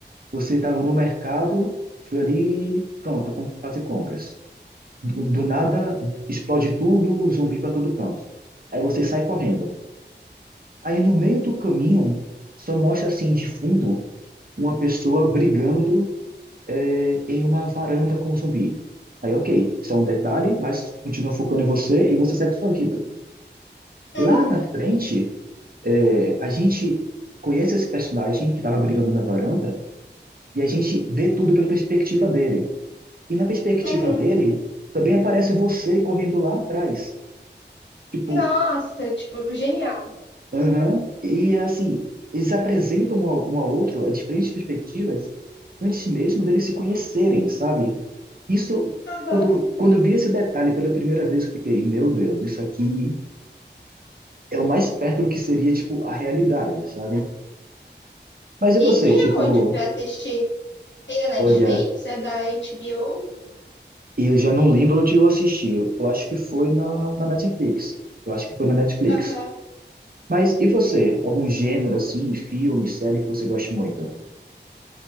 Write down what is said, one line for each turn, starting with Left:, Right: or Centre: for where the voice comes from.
Right: você estava no mercado, foi ali, pronto, com- fazer compras. Do, do nada, explode tudo, zumbi para todo canto. Aí você sai correndo. Aí no meio do caminho, só mostra assim de fundo uma pessoa brigando é, em uma varanda com um zumbi. Aí, ok, só um detalhe, mas continua focando em você e você segue sua vida.
Left: Uhum,
Right: Lá na frente, é, a gente conhece esse personagem que estava brigando na varanda e a gente vê tudo pela perspectiva dele. E na perspectiva
Left: uhum.
Right: dele, também aparece você correndo lá atrás. Tipo,
Left: Nossa, tipo, genial.
Right: aham. E assim, eles apresentam um ao um ao outro a diferentes perspectivas antes mesmo deles se conhecerem, sabe? Isso,
Left: Aham.
Right: quando, quando eu vi esse detalhe pela primeira vez, eu fiquei, meu Deus, isso aqui é o mais perto do que seria, tipo, a realidade, sabe? Mas e
Left: E
Right: você,
Left: tem
Right: tipo.
Left: aonde pra assistir? Tem na Netflix?
Right: Olha,
Left: É da HBO?
Right: eu já não lembro onde eu assisti. Eu eu acho que foi na, na Netflix. Eu acho que foi na Netflix.
Left: Aham.
Right: Mas e você? Algum gênero assim, filme, série que você goste muito?